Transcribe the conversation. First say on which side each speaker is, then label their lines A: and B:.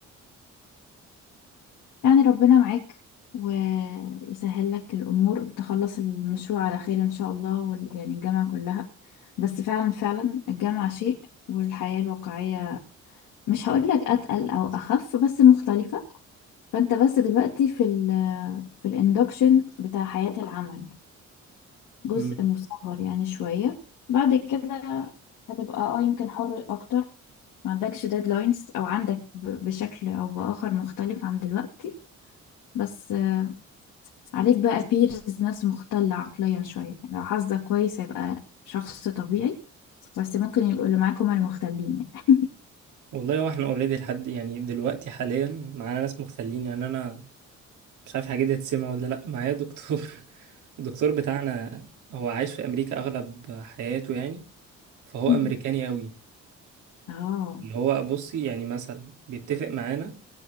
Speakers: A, on the left; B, on the right.
A: يعني ربنا معاك ويسهل لك الأمور تخلص المشروع على خير إن شاء الله وال- يعني الجامعة كلها بس فعلا فعلا الجامعة شيء والحياة الواقعية مش هقولك أتقل أو أخف بس مختلفة فأنت بس دلوقتي في ال في الإندكشن بتاع حياة العمل جزء
B: مم.
A: مصغر يعني شوية بعد كده هتبقى اه يمكن حر أكتر ما عندكش ديدلاينز أو عندك ب- بشكل أو بآخر مختلف عن دلوقتي بس آه، عليك بقى بيرز ناس مختلة عقليا شوية يعني لو حظك كويس هيبقى شخص طبيعي بس ممكن يبقوا اللي معاك هما المختلين يعني
B: والله هو احنا اوريدي لحد يعني دلوقتي حاليا معانا ناس مغتالين يعني انا مش عارف حاجة دي هتسمع ولا لا معايا دكتور <laughs> الدكتور بتاعنا هو عايش في امريكا اغلب حياته يعني فهو
A: مم.
B: امريكاني قوي
A: اه
B: اللي هو بصي يعني مثلا بيتفق معانا